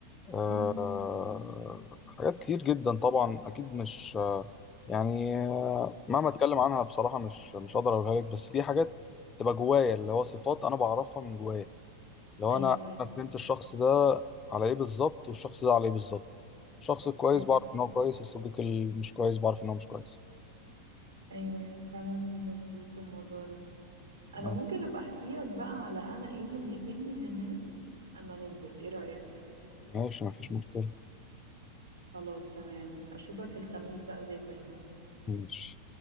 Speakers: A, on the left; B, on the right.
A: آه،
B: مم.
A: حاجات كتير جدا طبعا اكيد مش آه، يعني آه، مهما اتكلم عنها بصراحه مش مش هقدر اقولها لك بس دي حاجات تبقى جوايا اللي هو صفات انا بعرفها من جوايا لو
B: ايوه
A: انا
B: ايوه
A: انا فهمت الشخص ده على ايه بالظبط والشخص ده على ايه بالظبط الشخص الكويس
B: ايوه
A: بعرف ان هو كويس الصديق اللي مش كويس بعرف ان هو مش كويس
B: ايوه ايوه فعلا مظبوط الموضوع ده انا
A: اه
B: ممكن ابقى احكي لك بقى على انا ايه اللي بيقفلني من الناس اما ننزل ايه رأيك
A: ماشي مفيش مشكله
B: خلاص تمام اشوفك الخميس بقى زي كل مرة
A: ماشي